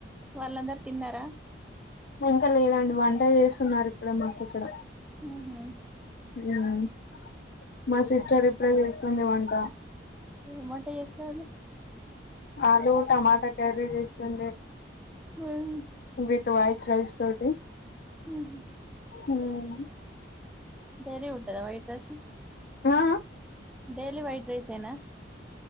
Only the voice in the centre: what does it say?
వాళ్ళందరు తిన్నారా
ఉహు
ఎం వంట చేస్తాంది
మమ్
హుహు.
డేలి ఉంటదా వైట్ రైస్
డైలీ వైట్ రైస్ యేన